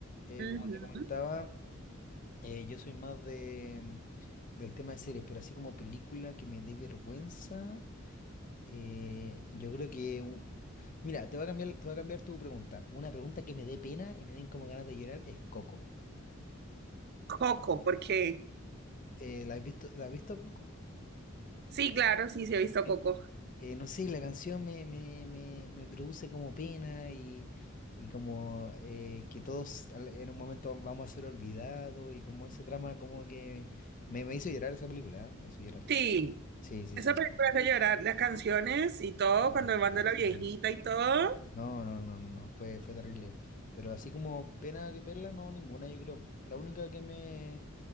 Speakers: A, on the left; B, on the right.
A: Eh,
B: Ujú.
A: como te comentaba, eh, yo soy más de, del tema de series, pero así como película que me dé vergüenza, eh, yo creo que... un- Mira, te voy a cambiar, te voy a cambiar tu pregunta. Una pregunta que me dé pena y me den como ganas de llorar es Coco.
B: Coco, porque
A: Eh, ¿la has visto, la has visto Coco?
B: sí, claro, sí, sí he visto
A: Sí.
B: Coco.
A: eh, no sé, la canción me, me- me- me produce como pena y, y como eh, que todos al- en un momento vamos a ser olvidados y como ese trama como que me, me hizo llorar esa película, ¿eh? Me hizo llorar.
B: Sí,
A: Sí, sí,
B: esa
A: sí.
B: película hace llorar, las canciones y todo,
A: Sí,
B: cuando
A: esa
B: van
A: canción.
B: de la viejita y todo.
A: No, no, no, no, no, fue, fue terrible. Pero así como pena que verla, no, ninguna, yo creo. La única que me,